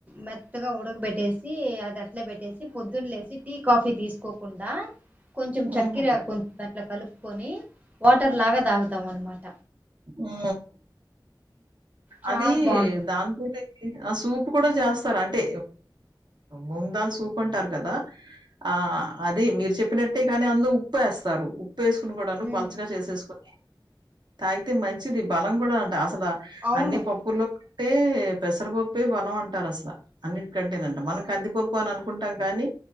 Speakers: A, on the right; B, on the right.
A: మెత్తగా ఉడకబెట్టేసి అది అట్లే పెట్టేసి పొద్దున్న లేసి టీ కాఫీ తీసుకోకుండా కొంచెం
B: హుహు.
A: చక్కర కొన్ త పలకలు కొని వాటర్ లాగా దాగుతాం అనమాట
B: ఆ
A: చాలా
B: అది
A: బాగుంటది
B: దాంతోటేకి ఆ సూప్ ఉప్పు కూడా చేస్తారు అంటే ముందాలు సూపుంటారు కదా ఆ అది మీరు చెప్పినట్టే కానీ అందులో ఉప్పు వేస్తారు ఉప్పు వేసుకోకూడాను
A: ఉమ్,
B: పలచగా చేసేసుకోన్ తాగితే మంచిది బలం కూడా అంట అసల
A: అవును
B: అన్ని పప్పులో అంటే పెసరపప్పే బలం అంటారు అసలు అన్నిటికంటేనంట మనం కదిపప్పు అని అనుకుంటాం కానీ